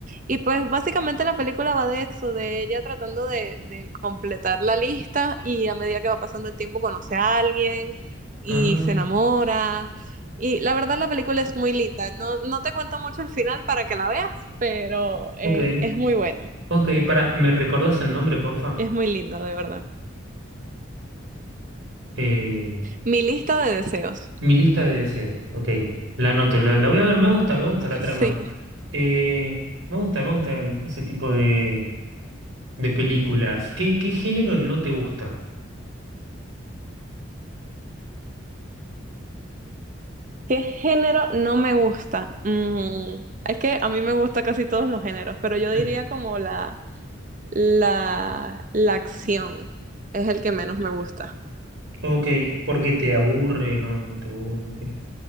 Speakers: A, on the right; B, on the right.
A: Y pues básicamente la película va de eso, de ella tratando de, de completar la lista y a medida que va pasando el tiempo conoce a alguien y
B: ah,
A: se enamora. Y la verdad la película es muy linda. No, no te cuento mucho el final para que la veas, pero eh,
B: ok,
A: es muy buena.
B: ok, para, ¿me recordás el nombre, porfa?
A: Es muy linda, de verdad.
B: Eh,
A: Mi lista de deseos.
B: mi lista de deseos, ok, la anoto, la, la voy a ver, me gusta, me gusta la trama.
A: Sí.
B: Eh, me gusta, me gustan ese tipo de de películas. ¿Qué, qué género no te gusta?
A: ¿Qué género no me gusta? Mm, es que a mí me gusta casi todos los géneros, pero yo diría
B: Ah.
A: como la La, la acción es el que menos me gusta.
B: Ok, porque te aburre, no, no te aburre.